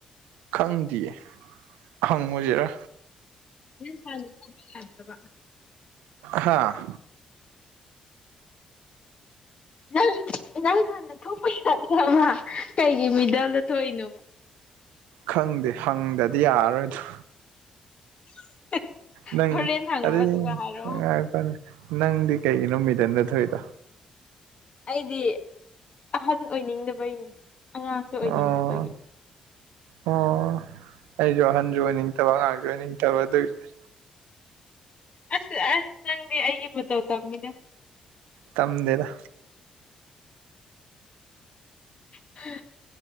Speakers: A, on the right; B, on the left.
A: ꯈꯪꯗꯤꯌꯦ ꯍꯪꯉꯨꯖꯤꯔꯥ
B: ꯅꯪ ꯍꯟꯅꯥ ꯊꯣꯛꯄꯗꯤ ꯌꯥꯗꯕ
A: ꯍꯥꯥ
B: ꯅꯪ ꯅꯪ ꯍꯥꯟꯅ ꯊꯣꯛꯄ ꯌꯥꯗ꯭ꯔꯕ ꯀꯩꯒꯤ ꯃꯤꯗꯜꯗ ꯊꯣꯛꯏꯅꯣ
A: ꯈꯪꯗꯦ ꯍꯪꯗꯗꯤ ꯌꯥꯔꯣꯏꯗꯣ
B: <inaudible>
A: ꯅꯪ
B: ꯍꯣꯔꯦꯟ ꯍꯪꯉꯣ
A: ꯑꯗꯨ
B: ꯑꯗꯨꯒ ꯍꯥꯏꯔꯛꯑꯣ
A: ꯉꯏꯈꯣꯅꯦ ꯅꯪꯗꯤ ꯀꯩꯒꯤꯅꯣ ꯃꯤꯗꯟ ꯗ ꯊꯣꯛ ꯏꯗꯣ
B: ꯑꯩꯗꯤ ꯑꯍꯟ ꯑꯣꯏꯅꯤꯡꯗꯕꯩꯅꯤ ꯑꯉꯥꯡꯁꯨ ꯑꯣꯏꯅꯤꯡꯗꯕꯒꯤ
A: ꯑꯣ ꯑꯣ ꯑꯩꯖꯨ ꯑꯍꯟꯖꯨ ꯑꯣꯏꯅꯤꯡꯇꯥꯕ ꯑꯉꯥꯡꯖꯨ ꯑꯣꯏꯅꯤꯡꯇꯥꯕ ꯑꯗꯨꯏꯅꯤ
B: ꯑꯁ ꯑꯁ ꯅꯪꯗꯤ ꯑꯩꯒꯤ ꯃꯇꯧ ꯇꯝꯃꯤꯗ
A: ꯇꯝꯗꯦꯗ
B: ꯍꯥ